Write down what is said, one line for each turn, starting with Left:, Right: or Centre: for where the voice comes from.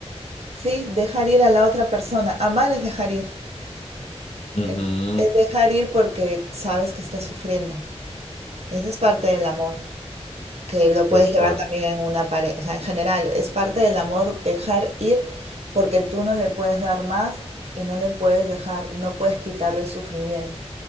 Right: Sí, dejar ir a la otra persona. Amar es dejar ir.
Left: Ujú.
Right: Es, es dejar ir porque sabes que está sufriendo. Esa es parte del amor. que lo puedes
Left: Es
Right: llevar
Left: parte.
Right: también en una pareja. O sea, en general, es parte del amor dejar ir porque tú no le puedes dar más y no le puedes dejar, no puedes quitarle el sufrimiento.